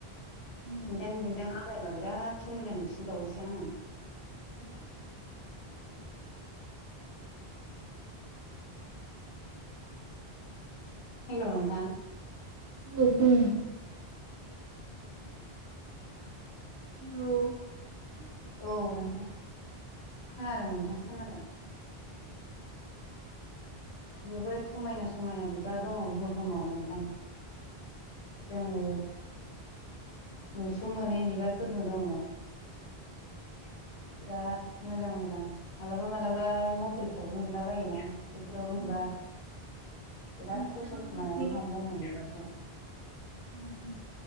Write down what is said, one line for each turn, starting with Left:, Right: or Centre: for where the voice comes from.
Right: औ
Left: दिन्दां दिन्दां आलायमा बिराद समायना नुसिनबावोसो आंङो
Right: उम
Left: <unintelligible> हेलौ नोंथां
Right: <unintelligible> हेलौ
Left: औ नोंथां खोनादों
Right: औ
Left: नोंथां खोनादों जोबोद समायना समायना बिबार दंङ बुहुमाव नोंथां जोंङो मोसौ मोनै बिबारफोरबो दंङ <unintelligible> बिराद मोजां मोजां मालाबा मालाबा मबाइलफ्रावबो नुला बायोना बेफोराव नुबा
Right: औ
Left: बिराद
Right: नोंथाङा
Left: फसायखुमानानै थांङायो आङो बेबार
Right: <unintelligible>